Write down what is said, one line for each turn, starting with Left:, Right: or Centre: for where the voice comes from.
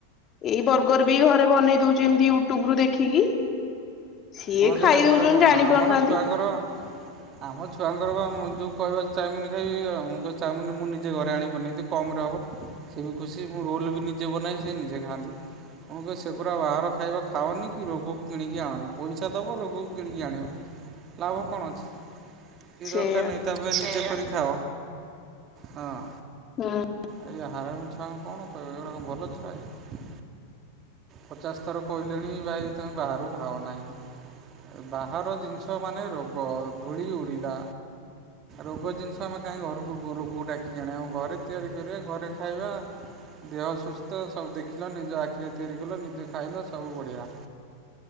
Left: ଏଇ ବରଗର୍ ବି ଘରେ ବନେଇ ଦଉଛି ଏମିତି ୟୁଟ୍ୟୁବରୁ ଦେଖିକି। ସିଏ
Right: ହଁ ସେଇଟା
Left: ଖାଇ
Right: ଘରେ
Left: ଦଉଛନ୍ତି
Right: ବନାଅ।
Left: ଜାଣି
Right: ଆମର
Left: ପାରୁନାହାନ୍ତି
Right: ଛୁଆଙ୍କର ଆମ ଛୁଆଙ୍କର ବା ମୁଁ ଯୋଉ କହିବ ଚାଉମିନ ଖାଇବି, ଆ ମୁଁ କହିବି ଚାଉମିନ ମୁଁ ନିଜେ ଘରେ ଆଣକି ବନେଇଦିଏ, କମରେ ହବ। ସିଏ ବି ଖୁସି, ମୁଁ ରୋଲ ବି ନିଜେ ବନାଏ ସିଏ ନିଜେ ଖାଆନ୍ତି। ମୁଁ କହିବି ସେଗୁରା ବାହାର ଖାଇବା ଖାଅନି କି ରୋଗକୁ କିଣିକି ଆଣନି। ପଇସା ଦବ, ରୋଗକୁ କିଣିକି ଆଣିବ। ଲାଭ କଣ ଅଛି? କିଛି
Left: ସେଇଆ
Right: ଦରକାର ନାହିଁ ତା ଅପେକ୍ଷା ନିଜେ କରି ଖାଅ। ହଁ।
Left: ହୁଁ
Right: ଏ ଯୋଉ ହାରାମି ଛୁଆଙ୍କୁ କଣ କହିବ, ଏଗୁଡା କଣ ଭଲ ଛୁଆ ହେଇଚନ୍ତି? ପଚାଶ ଥର କହିଲିଣି ଭାଇ ତୁମେ ବାହାରୁ ଖାଅ ନାହିଁ। ବାହାର ଜିନିଷ ମାନେ ରୋଗ, ଧୂଳି ଉଡ଼ିଲା ରୋଗ ଜିନିଷ ଆମେ କାହିଁକି ଘରକୁ ରୋଗକୁ ଡାକିକି ଆଣିବା। ଘରେ ତିଆରି କରିବା ଘରେ ଖାଇବା ଦେହ ସୁସ୍ଥ, ସବୁ ଦେଖିଲ, ନିଜ ଆଖିରେ ତିଆରି କଲ, ନିଜେ ଖାଇଲ, ସବୁ ବଢ଼ିଆ।